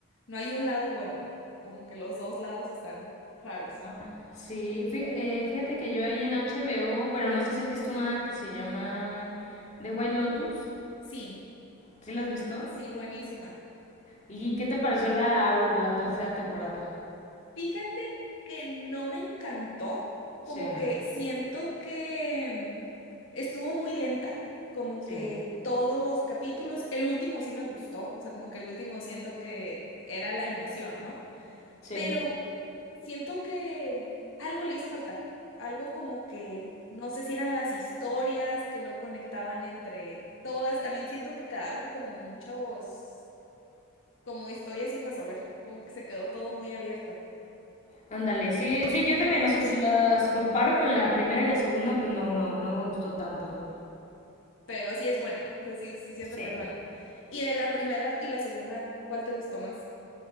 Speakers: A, on the left; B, on the left.
A: no hay un lado bueno, como que los dos lados están raros.
B: Ah, sí, fí- eh, fíjate que yo ahí en HBO, bueno, no sé si has visto una que se llama The White Lotus.
A: Sí,
B: ¿Sí la
A: bu-
B: has visto?
A: sí, buenísima.
B: ¿Y qué te pareció la, la tercera temporada?
A: Fíjate que no me encantó, como
B: Sí, no.
A: que siento que mm, estuvo muy lenta, como
B: Sí,
A: que todos los capítulos, el último sí me gustó, o sea, como que el último siento que era la emoción, ¿no?
B: sí.
A: Pero siento que algo le hizo falta, algo como que no sé si eran las historias que no conectaban entre todas, también siento que quedaron como muchos, como historias sin resolver, como que se quedó todo muy abierto.
B: Ándale, sí, sí, yo también, o sea, si las comparo con la primera y la segunda, pues no, no, no me gustó tanto.
A: pero sí es buena, o sea, sí, sí siento
B: Sí.
A: que es buena. Y de la primera y la segunda, ¿cuál te gustó más?